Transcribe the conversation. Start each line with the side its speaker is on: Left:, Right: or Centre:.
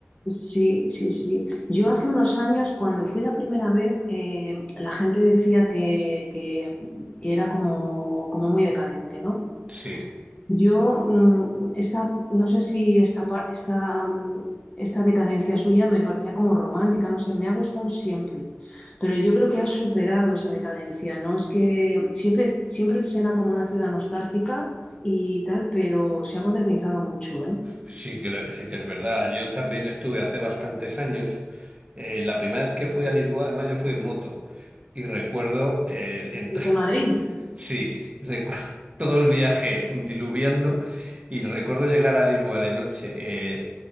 Left: Sí, sí, sí. Yo hace unos años, cuando fui la primera vez, eh, la gente decía que, que- que era como, como muy decadente, ¿no?
Right: Sí.
Left: Yo, mm, esta, no sé si esta, par- esta, mm, esta decadencia suya me parecía como romántica, no sé, me ha gustado siempre, pero yo creo que ha superado esa decadencia, ¿no? Es que siempre, siempre será como una ciudad nostálgica y tal, pero se ha modernizado mucho, ¿eh?
Right: Sí que, lo- sí que es verdad. Yo también estuve hace bastantes años. eh, la primera vez que fui a Lisboa, además, yo fui en moto. Y recuerdo, eh,
Left: De
Right: entr-
Left: Madrid.
Right: <laughs> sí, recuerdo todo el viaje diluviando y recuerdo llegar a Lisboa de noche. Eh,